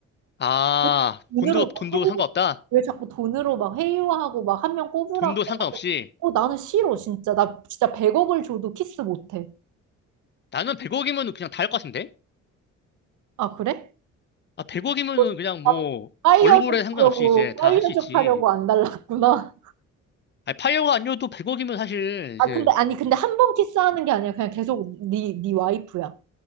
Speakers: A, on the left; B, on the right.
A: 아,
B: 왜 돈으로
A: 돈도,
B: 막
A: 돈도
B: 회유,
A: 상관없다?
B: 왜 자꾸 돈으로 막 회유하고 막 한 명 뽑으라고
A: 돈도 상관없이
B: 어, 나는 싫어, 진짜. 나 진짜 100억을 줘도 키스 못해.
A: 나는 100억이면은 그냥 다 할 것 같은데?
B: 아, 그래?
A: 아, 100억이면은
B: 어,
A: 그냥
B: 나
A: 뭐
B: 파이어족
A: 얼굴에 상관없이
B: 하려고,
A: 이제 다
B: 파이어족
A: 할 수 있지.
B: 하려고 안 달랐구나.
A: 아, 파이어가 아니어도 100억이면 사실
B: 아,
A: 이제,
B: 근데, 아니, 근데 한 번 키스하는 게 아니라 그냥 계속 네, 네 와이프야.